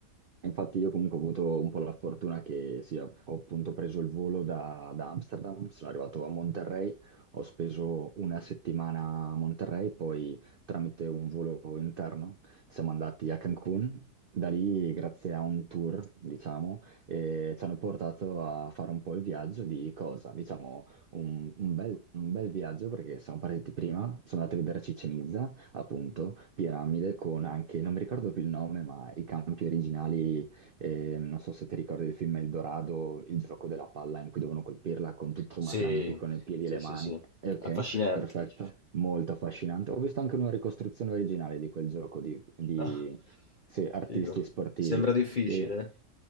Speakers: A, on the right (about 80°); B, on the left (about 55°).
A: Infatti io comunque ho avuto un po' la fortuna che sì, ho ho appunto preso il volo da, da Amsterdam, sono arrivato a Monterrey, ho speso una settimana a Monterrey, poi tramite un volo interno siamo andati a Cancun, da lì grazie a un tour, diciamo, e ci hanno portato a fare un po' il viaggio di cosa? Diciamo un, un bel, un bel viaggio perché siamo partiti prima, sono andato a vedere Chichen Itza, appunto,
B: Mhm.
A: piramide con anche, non mi ricordo più il nome, ma i campi originali, eh, non so se ti ricordi il film Eldorado, il gioco della palla in cui devono colpirla con tutto
B: Sì,
A: ma tranne che con i piedi
B: sì,
A: e le
B: sì,
A: mani.
B: sì.
A: Eh, ok,
B: Affascinante.
A: perfetto, molto affascinante. Ho visto anche una ricostruzione originale di quel gioco di di-
B: Ah,
A: sì, artisti
B: figo.
A: sportivi.
B: Sembra difficile.
A: E,